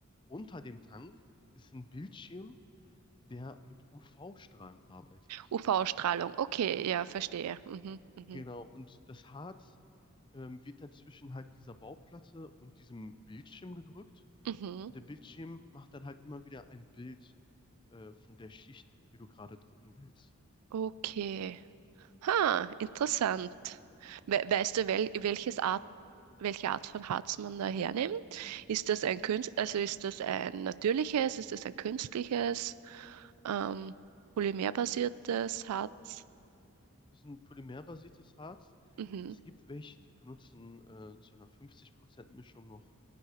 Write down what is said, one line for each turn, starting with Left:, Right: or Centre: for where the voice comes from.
Left: unter dem Tank ist ein Bildschirm, der mit UV-Strahlen arbeitet.
Right: UV-Strahlung, okay, ja, verstehe. Mhm, mhm,
Left: Genau, und das Harz ähm, wird dann zwischen halt dieser Bauplatte und diesem Bildschirm gedrückt
Right: mhm.
Left: Und der Bildschirm macht dann halt immer wieder ein Bild äh, von der Schicht, die du gerade drucken willst.
Right: Okay. Ha, interessant. We weißt du, wel welches Art, welche Art von Harz man da hernimmt? Ist das ein Künst, also ist das ein natürliches, ist das ein künstliches, ähm, polymerbasiertes Harz?
Left: Das ist ein polymerbasiertes Harz.
Right: Mhm.
Left: Es gibt welche, die benutzen äh, zu einer 50%-Mischung noch